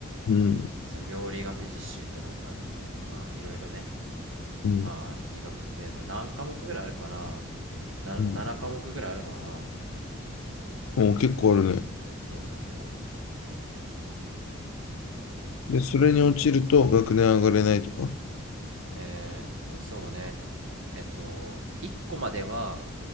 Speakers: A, on the left (about 85°); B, on the right (about 65°).
A: うん。
B: その病理学実習ってのがあったりとか、まあいろいろね、
A: うん。
B: まあ医学系の何科目ぐらいあるかな、な、
A: うん。
B: 7科目ぐらいあるのかな。
A: お、結構あるね。
B: そうそうそ
A: で、それに落ちると学年上がれないとか。
B: う。えーっと、そうね。えっと、1個までは